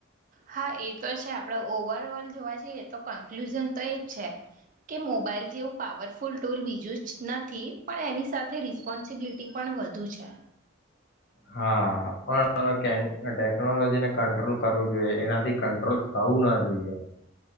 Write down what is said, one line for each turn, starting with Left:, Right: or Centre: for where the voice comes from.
Right: હા એ તો છે આપણે ઓવરઓલ જોવા જઈએ તો કન્ક્લુઝન તો એ જ છે કે મોબાઈલ જેવું પાવરફુલ ટૂલ બીજું જ નથી પણ એની સાથે રિસ્પોન્સિબિલિટી પણ વધુ છે.
Left: હા પણ ટેકનોલોજીને કંટ્રોલ કરવું જોઈએ એનાથી કંટ્રોલ થવું ના જોઈએ.